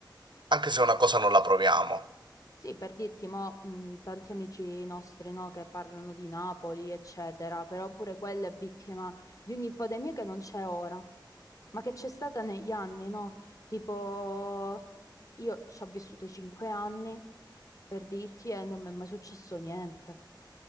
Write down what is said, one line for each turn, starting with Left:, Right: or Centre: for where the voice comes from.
Right: anche se una cosa non la proviamo.
Left: Sì, per dirti, mo, mh, tanti amici nostri, no, che parlano di Napoli, eccetera, però pure quella è vittima di un'infodemia che non c'è ora, ma che c'è stata negli anni, no? Tipo, io ci ho vissuto cinque anni, per dirti, e non mi è mai successo niente,